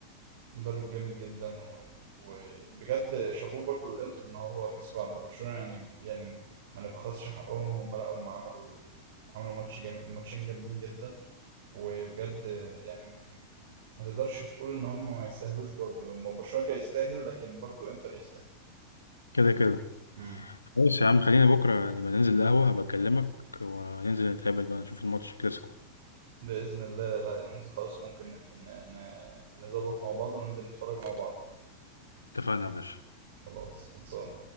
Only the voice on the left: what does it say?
كده كده
خلاص يا عم خلينا بكرة نبقى ننزل القهوة هبقى أكلمك وننزل نتقابل بقى نشوف الماتش كلاسيكو
اتفقنا يا باشا